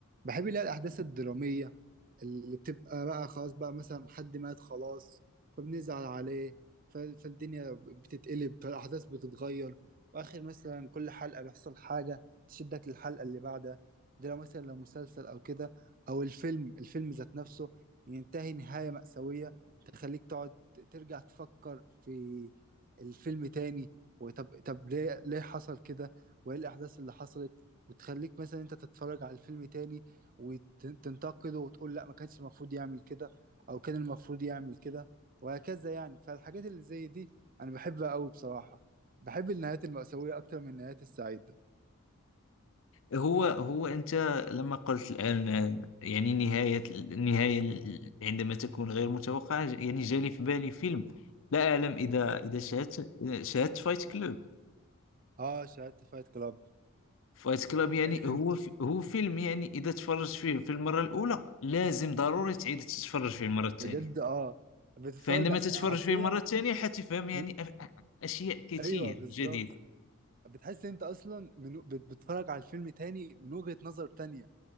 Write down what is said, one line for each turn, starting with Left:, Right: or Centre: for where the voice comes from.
Right: بحب اللي هي الاحداث الدراميه اللي بتبقى بقى خلاص بقى مثلا حد مات خلاص فبنزعل عليه ف- فالدنيا بتتقلب فالأحداث بتتغير وآخر مثلا كل حلقة بيحصل حاجة تشدك للحلقة اللي بعدها ده لو مثلا لو مسلسل أو كده أو الفيلم الفيلم ذات نفسه ينتهي نهاية مأساوية تخليك تقعد ت- ترجع تفكر في الفيلم تاني وطب طب ليه ليه حصل كده وإيه الأحداث اللي حصلت وتخليك مثلا أنت تتفرج على الفيلم تاني وتنتقده وتقول لا ما كانش المفروض يعمل كده او كان المفروض يعمل كده وهكذا يعني فالحاجات اللي زي دي انا بحبها قوي بصراحة بحب النهايات المأساوية اكتر من النهايات السعيدة
Left: هو هو أنت لما قلت الآن يعني نهاية النهاية عندما تكون غير متوقعة يعني جالي في بالي فيلم لا أعلم إذا إذا شاهدت شاهدت فايت كلوب
Right: اه شاهدت فايت كلاب
Left: فايت كلوب يعني
Right: <laughs>
Left: هو ف- هو فيلم يعني إذا تفرجت فيه في المرة الأولى لازم ضروري تعيد تتفرج فيه المرة الثانية
Right: بجد اه بتتفرج
Left: فعندما
Right: حرفيا
Left: تتفرج فيه المرة الثانية حتفهم يعني
Right: من
Left: أ- أشياء كتير
Right: ايوه بالظبط
Left: جديدة
Right: بتحس إن انت اصلا من... بت- بتتفرج على الفيلم تاني من وجهة نظر تانية